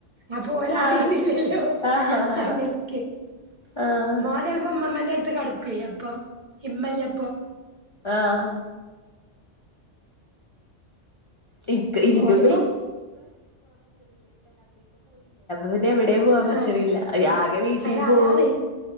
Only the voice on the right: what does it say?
അപ്പോൾ ഓൾ അറിയണില്ലല്ലോ
അങ്ങനക്ക്
മോൻ ചിലപ്പോ ഉമ്മമ്മന്റെ അടുത്ത് കടക്ക അപ്പൊ ഇമ്മല്ല അപ്പൊ
ഓനിപ്പം
ആഹ്
അത
അതാണ്